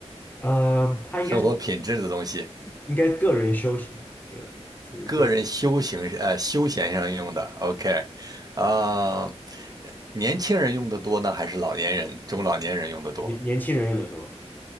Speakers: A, on the left; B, on the right.
A: 呃，它应该是
B: 生活品质的东西，
A: 应该个人修行，觉得属于个人
B: 个人修行呃休闲上用的，OK，啊、年轻人用的多呢，还是老年人、中老年人用的多
A: 年年轻人用的多，